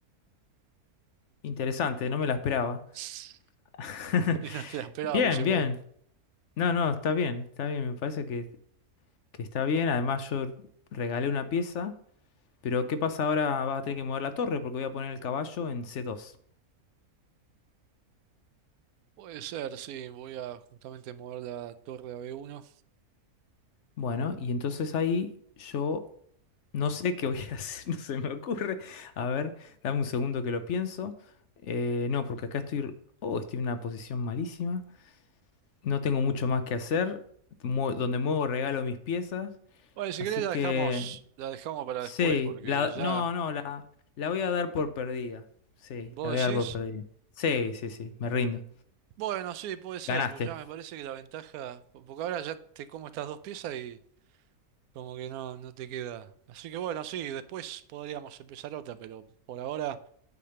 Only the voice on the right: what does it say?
<laughs>
Y no te la esperaba,
porque seguro.
Puede ser, sí. Voy a justamente mover la torre a B1.
Bueno, si
querés
la dejamos, la dejamos para
después, porque
ya.
¿Vos
decís?
Bueno, sí, puede ser,
porque ya me parece que la ventaja, po- porque ahora ya te como estas dos piezas y como que no, no te queda. Así que bueno, sí, después podríamos empezar otra, pero por ahora